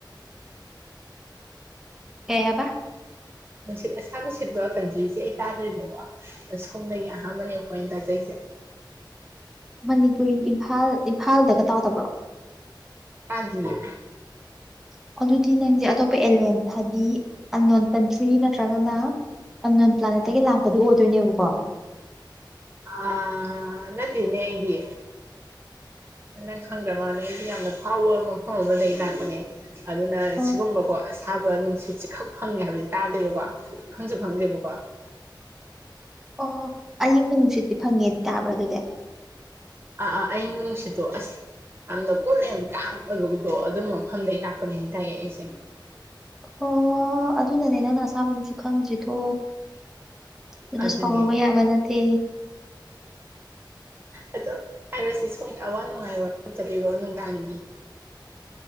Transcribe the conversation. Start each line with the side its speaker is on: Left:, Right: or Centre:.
Centre: ꯀꯩ ꯍꯥꯏꯕꯥ
Right: ꯅꯨꯡꯁꯤꯠ ꯑꯁꯥꯕꯨ ꯁꯤꯠꯕ ꯀꯟꯗ꯭ꯔꯤꯁꯦ ꯑꯩ ꯇꯥꯗ꯭ꯔꯤꯗꯒꯣ ꯑꯁꯣꯝꯗꯒꯤ ꯑꯍꯥꯟꯕꯅꯦ ꯈꯣꯏ ꯇꯥꯖꯩꯁꯦ
Centre: ꯃꯅꯤꯄꯨꯔ ꯏꯝꯐꯥꯜ ꯏꯝꯐꯥꯜꯗꯒ ꯇꯧꯗꯕ꯭ꯔꯣ
Right: ꯇꯥꯗꯤꯌꯦ
Centre: <inaudible> ꯑꯗꯨꯗꯤ ꯅꯪꯁꯦ ꯑꯇꯣꯞꯄ ꯑꯦꯂꯦꯟ ꯍꯥꯗꯤ ꯑꯅꯦꯟ ꯀꯟꯇ꯭ꯔꯤ ꯅꯠꯇ꯭ꯔꯒꯅ ꯑꯅꯦꯟ ꯄ꯭ꯂꯥꯅꯦꯠꯇꯒꯤ ꯂꯥꯛꯄꯗꯨ ꯑꯣꯏꯗꯣꯏꯅꯦꯕꯀꯣ
Right: ꯑ ꯅꯠꯇꯦꯅꯦ ꯑꯩꯗꯤ ꯅꯪ ꯈꯪꯗ꯭ꯔ ꯃꯥꯜꯂꯦ ꯑꯩꯗꯤ ꯌꯥꯝꯅ ꯐꯥꯎꯕ ꯃꯐꯝ ꯑꯃꯗꯒꯤ ꯂꯥꯛꯄꯅꯦ ꯑꯗꯨꯅ
Centre: ꯑꯣ
Right: ꯁꯤꯒꯨꯝꯕ ꯀꯣ ꯑꯁꯥꯕ ꯅꯨꯡꯁꯤꯠꯁꯤ ꯈꯛ ꯐꯪꯉꯦ ꯍꯥꯏꯕꯁꯦ ꯇꯥꯗꯦꯕꯀꯣ ꯅꯪꯁꯨ ꯐꯪꯗꯦꯕꯀꯣ
Centre: ꯑꯣ ꯑꯌꯤꯡꯕ ꯅꯨꯡꯁꯤꯠꯇꯤ ꯐꯪꯉꯦ ꯇꯥꯕ꯭ꯔꯥ ꯑꯗꯨꯗꯤ
Right: ꯑꯥ ꯑꯥ ꯑꯌꯤꯡꯕ ꯅꯨꯡꯁꯤꯠꯇꯣ ꯑꯁ ꯌꯥꯝꯅ ꯀꯨꯜ ꯑꯦꯟ ꯀꯥꯝ ꯑꯣꯏꯕꯒꯨꯝꯗꯣ ꯑꯗꯨꯝ ꯃꯐꯝꯗꯩ ꯂꯥꯛꯄꯅꯤ ꯍꯥꯏ ꯇꯥꯏꯌꯦ ꯑꯩꯁꯦ
Centre: ꯑꯣ ꯑꯗꯨꯅꯅꯦ ꯅꯪꯅ ꯑꯁꯥꯕ ꯅꯨꯡꯁꯤꯠ ꯈꯪꯗ꯭ꯔꯤꯗꯣ ꯑꯗꯨ
Right: ꯑꯗꯨꯅꯦ
Centre: ꯁꯥꯎꯔꯨꯕ ꯌꯥꯕ ꯅꯠꯇꯦ
Right: ꯑꯗꯣ ꯍꯥꯏꯔꯣꯁꯤ ꯁꯣꯝꯒꯤ ꯑꯋꯥ ꯅꯨꯡꯉꯥ ꯔꯣ <unintelligible> ꯅꯨꯡꯗꯥꯡꯒꯤ